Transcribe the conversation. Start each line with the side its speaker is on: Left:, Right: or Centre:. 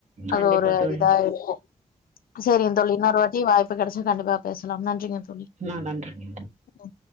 Left: அது
Right: கண்டிப்பா
Left: ஒரு
Right: தோழி
Left: இதா இருக்கு செரிங்க தோழி இன்னோரு வாட் டி வாய்ப்பு கிடைச்ச கண்டிப்பா பேசலா நன்றிங்க தோழி
Right: நா நன்றி
Left: ஒம்